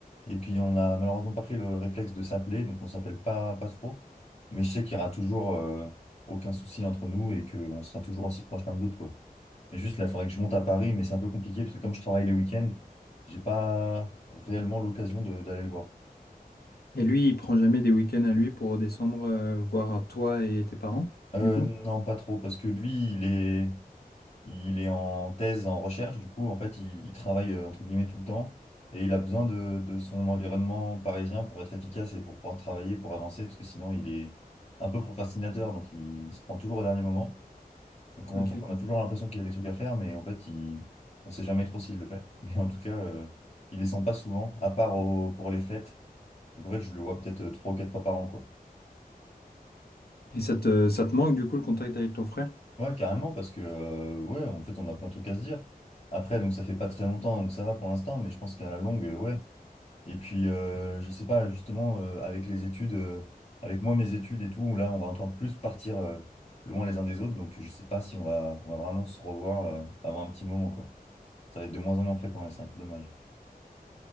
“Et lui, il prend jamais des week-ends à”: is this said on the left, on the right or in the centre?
Left